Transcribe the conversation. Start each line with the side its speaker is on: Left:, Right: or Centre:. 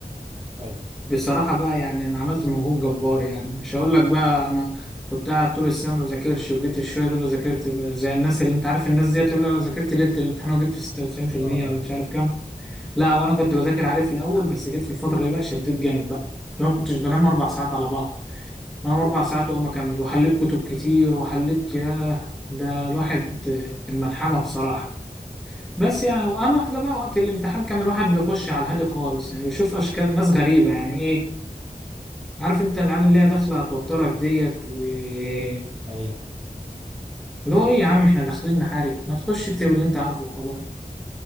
Right: ايوه
Centre: بصراحة بقى يعني أنا عملت مجهود جبار يعني مش هقول لك بقى أنا كنت قاعد طول السنة ما بذاكرش وجيت الشوية دول ذاكرت ب- زي الناس اللي أنت عارف الناس ديت اللي أنا ذاكرت ليلة الامتحان وجبت 96%
Right: اه اه
Centre: ولا مش عارف كام لا وأنا كنت بذاكر عادي في الأول بس جيت في الفترة اللي بقى شديت جامد بقى لو ما كنتش بنام أربع ساعات على بعض بنام أربع ساعات وأقوم أكمل وحليت كتب كتير وحليت ياه ده الواحد كان ملحمة بصراحة بس يعني واهم حاجه بقى وقت الامتحان كان الواحد بيخش على الهادي خالص يعني بيشوف اشكال ناس غريبه يعني إيه، عارف انت العيال اللي هي داخله هتوترك ديت و اللي
Right: ايوه
Centre: هو ايه يا عم احنا داخلين نحارب ما تخش اكتب اللي انت عارفه وخلاص